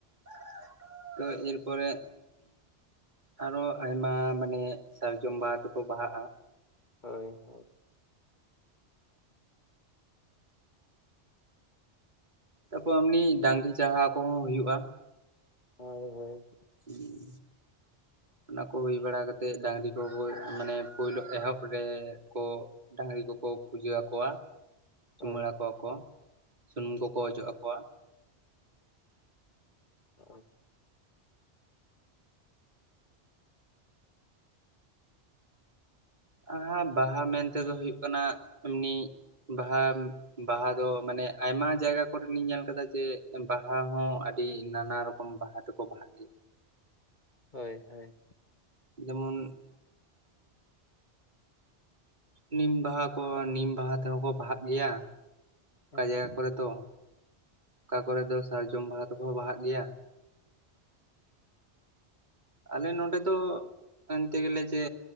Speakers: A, on the right; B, on the left.
A: <inaudible> ᱛᱚ ᱮᱨ ᱯᱚᱨᱮ ᱟᱨᱚ ᱟᱭᱢᱟ ᱢᱟᱱᱮ, ᱥᱟᱨᱡᱚᱢ ᱵᱟᱦᱟ ᱛᱮᱠᱚ ᱵᱟᱦᱟᱜᱼᱟ᱾
B: ᱦᱳᱭ ᱦᱳᱭ᱾
A: ᱛᱟᱯᱚᱨ ᱮᱢᱱᱤ ᱰᱟᱝᱜᱨᱤ ᱪᱟᱦᱟᱣ ᱠᱚᱦᱚᱸ ᱦᱩᱭᱩᱜᱼᱟ᱾
B: ᱦᱳᱭ ᱦᱳᱭ,
A: ᱦᱩᱸ ᱚᱱᱟ ᱠᱚ ᱦᱩᱭ ᱵᱟᱲᱟ ᱠᱟᱛᱮᱜ ᱰᱟᱝᱨᱤ ᱠᱚ ᱢᱟᱱᱮ ᱯᱳᱭᱞᱳ ᱮᱦᱚᱵ ᱨᱮᱠᱚ, ᱰᱟᱝᱜᱨᱤ ᱠᱚᱠᱚ ᱯᱩᱡᱟᱹ ᱟᱠᱚᱣᱟ᱾ ᱪᱩᱢᱟᱹᱲᱟ
B: ᱦᱳᱭ
A: ᱠᱚᱣᱟ ᱠᱚ ᱥᱩᱱᱩᱢ ᱠᱚᱠᱚ ᱚᱡᱚᱜ ᱟᱠᱚᱣᱟ,
B: ᱚ,
A: ᱟᱦᱟ ᱵᱟᱦᱟ ᱢᱮᱱᱛᱮᱫᱚ ᱦᱩᱭᱩᱜ ᱠᱟᱱᱟ ᱮᱢᱱᱤ ᱵᱟᱦᱟ, ᱵᱟᱦᱟ ᱫᱚ ᱢᱟᱱᱮ ᱟᱭᱢᱟ ᱡᱟᱭᱜᱟ ᱠᱚᱨᱮ ᱞᱤᱧ ᱧᱮᱞ ᱠᱟᱫᱟ ᱡᱮ ᱵᱟᱦᱟ ᱦᱚᱸ ᱟᱹᱰᱤ ᱱᱟᱱᱟ ᱨᱚᱠ, ᱠᱚᱢ ᱵᱟᱦᱟ ᱛᱮᱠᱚ ᱵᱟᱦᱟᱜ ᱜᱮᱭᱟ᱾
B: ᱦᱳᱭ ᱦᱳᱭ,
A: ᱡᱮᱢᱚᱱ, ᱱᱤᱢ ᱵᱟᱦᱟ ᱠᱚ ᱱᱤᱢ ᱵᱟᱦᱟ ᱛᱮᱦᱚᱸ ᱠᱚ ᱵᱟᱦᱟᱜ ᱜᱮᱭᱟ ᱚᱠᱟ
B: ᱦᱳᱭ
A: ᱡᱟᱭᱜᱟ ᱠᱚᱨᱮ ᱫᱚ ᱚᱠᱟ ᱠᱚᱨᱮᱫᱚ ᱥᱟᱨᱡᱚᱢ ᱵᱟᱦᱟ ᱛᱚᱠᱚ ᱵᱟᱦᱟᱜ ᱜᱮᱭᱟ᱾ ᱟᱞᱮ ᱱᱚᱰᱮ ᱫᱚ ᱮᱱᱛᱮ ᱜᱮᱞᱮ ᱡᱮ